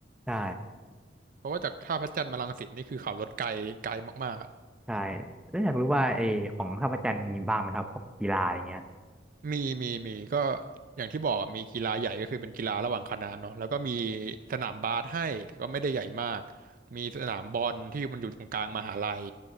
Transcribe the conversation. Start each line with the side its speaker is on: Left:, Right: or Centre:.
Centre: ใช่
Right: เพราะว่าจากท่าพระจันทร์มารังสิตนี่คือขับรถไกลไกลมากๆอ่ะ
Centre: ใช่แล้วอยากรู้ว่าไอของท่าพระจันทร์มีบ้างไหมครับพวกกีฬาอย่างเงี้ย
Right: มีมีมีก็อย่างที่บอกอะมีกีฬาใหญ่ก็คือเป็นกีฬาระหว่างคณะเนาะแล้วก็มีสนามบาสให้แต่ก็ไม่ได้ใหญ่มากมีสนามบอลที่มันอยู่ตรงกลางมหาลัย